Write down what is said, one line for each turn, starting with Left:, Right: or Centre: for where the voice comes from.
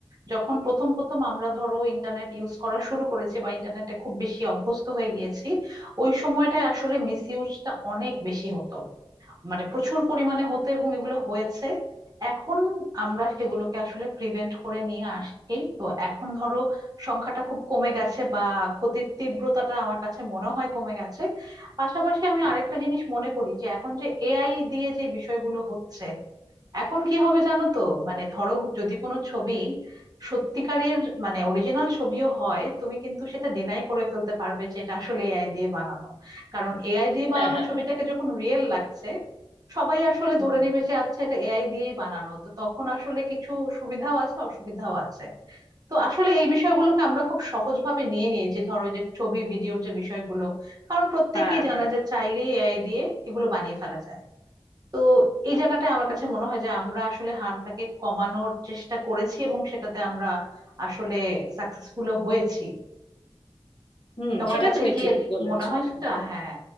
Right: যখন প্রথম প্রথম আমরা ধরো ইন্টারনেট ইউজ করা শুরু করেছি বা ইন্টারনেটে খুব বেশি অভ্যস্ত হয়ে গিয়েছি ওই সময়টায় আসলে মিস ইউজটা অনেক বেশি হতো মানে প্রচুর পরিমাণে হতে এবং এগুলো হয়েছে এখন আমরা সেগুলোকে আসলে প্রিভেন্ট করে নিয়ে আসছি তো এখন ধরো সংখ্যাটা খুব কমে গেছে বা ক্ষতির তীব্রতাটা আমার কাছে মনে হয় কমে গেছে পাশাপাশি আমি আরেকটা জিনিস মনে করি যে এখন যে এআই দিয়ে যে বিষয়গুলো হচ্ছে এখন কি হবে জানো তো মানে ধরো যদি কোনো ছবি সত্যিকারের মানে অরিজিনাল ছবিও হয় তুমি কিন্তু সেটা ডিনাই করে ফেলতে পারবে যে এটা আসলে এআই দিয়ে বানানো কারণ এআই দিয়ে বানানো
Left: হ্যাঁ হ্যাঁ
Right: ছবিটাকে যখন রিয়েল লাগছে সবাই আসলে
Left: হুম,
Right: ধরে নেবে যে আচ্ছা এটা এআই দিয়েই বানানো তো তখন আসলে কিছু সুবিধাও আছে অসুবিধাও আছে তো আসলে এই বিষয়গুলোকে আমরা খুব সহজভাবে নিয়ে নিয়েছি ধরো এই যে ছবি ভিডিওর যে বিষয়গুলো কারণ প্রত্যেকেই
Left: হ্যাঁ,
Right: জানে
Left: হ্যাঁ।
Right: যে চাইলেই এআই দিয়ে এগুলো বানিয়ে ফেলা যায় তো এই জায়গাটায় আমার কাছে মনে হয় যে আমরা আসলে হার্মটাকে কমানোর চেষ্টা করেছি এবং সেটাতে আমরা আসলে সাকসেসফুলও হয়েছি
Left: হুম
Right: তোমার
Left: সেটা
Right: কাছে
Left: তুমি
Right: কি
Left: ঠিক বলেছো
Right: মনে হয়
Left: কিন্তু
Right: সেটা হ্যাঁ